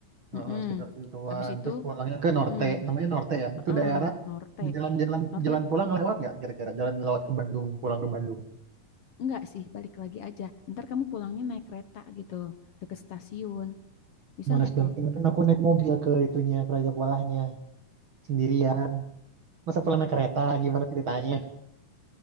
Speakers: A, on the right; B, on the left.
A: heeh,
B: Mm-mm.
A: sekitar situan.
B: Habis itu,
A: Terus pulangnya ke
B: mm-mm.
A: Norte, namanya Norte ya. Itu
B: Heeh,
A: daerah
B: Norte.
A: di jalan-jalan
B: Norte
A: jalan pulang lewat nggak kira-kira? Jalan lewat ke Bandung, pulang ke Bandung.
B: enggak sih, balik lagi aja. Ntar kamu pulangnya naik kereta gitu, deket stasiun. Bisa
A: Males
B: nggak
A: banget.
B: tuh?
A: Kan aku naik mobil ke itunya, ke Raja Polahnya sendirian. Masa pulang naik kereta? Gimana ceritanya?